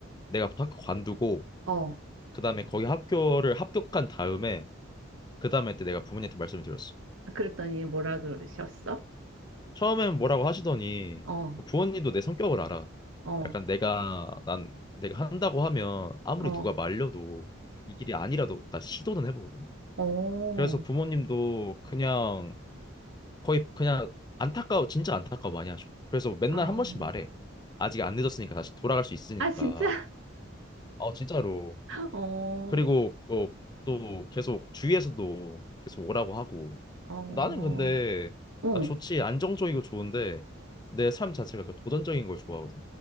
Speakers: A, on the left (about 20°); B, on the right (about 75°).
A: 내가 학교 관두고
B: 어,
A: 그다음에 거기 학교를 합격한 다음에 그다음에 때 내가 부모님한테 말씀을 드렸어.
B: 그랬더니 뭐라 그러셨어?
A: 처음엔 뭐라고 하시더니
B: 어,
A: 부모님도 내 성격을 알아.
B: 어,
A: 약간 내가 난 내가 한다고 하면 아무리
B: 어,
A: 누가 말려도 이 길이 아니라도 나 시도는 해보거든.
B: 어,
A: 그래서 부모님도 그냥 거의 그냥 안타까워, 진짜 안타까워 많이 하죠. 그래서 맨날
B: 아.
A: 한 번씩 말해. 아직 안 늦었으니까 다시 돌아갈 수 있으니까.
B: 아, 진짜?
A: 어, 진짜로.
B: <laughs> 어, 어,
A: 그리고 어, 또 계속 주위에서도 계속 오라고 하고.
B: 어,
A: 나는 근데
B: 어,
A: 아, 좋지, 안정적이고 좋은데 내 삶 자체가 그 도전적인 걸 좋아하거든.